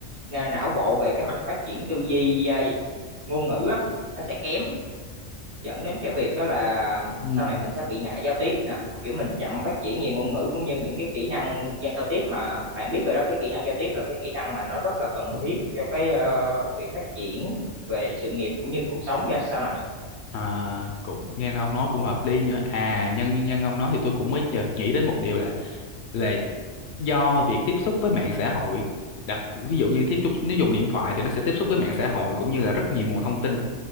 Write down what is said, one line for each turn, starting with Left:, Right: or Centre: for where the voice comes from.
Right: na- não bộ về cái mặt phát triển tư duy ờ, ngôn ngữ á, nó sẽ kém dẫn đến cái việc đó là
Left: Ừ.
Right: sau này mình sẽ bị ngại giao tiếp nè kiểu mình chậm phát triển về ngôn ngữ cũng như những cái kỹ năng giao tiếp mà bạn biết rồi đó cái kỹ năng giao tiếp là cái kỹ năng mà nó rất là cần thiết cho cái ờ, việc phát triển về sự nghiệp cũng như cuộc sống ra sau này
Left: À, cũng nghe ông nói cũng hợp lý nữa à nhân nhân ông nói thì tôi cũng mới chợt nghĩ đến một điều là là do việc tiếp xúc với mạng xã hội đặc ví dụ như tiếp xúc nếu dùng điện thoại thì nó sẽ tiếp xúc với mạng xã hội cũng như là rất nhiều nguồn thông tin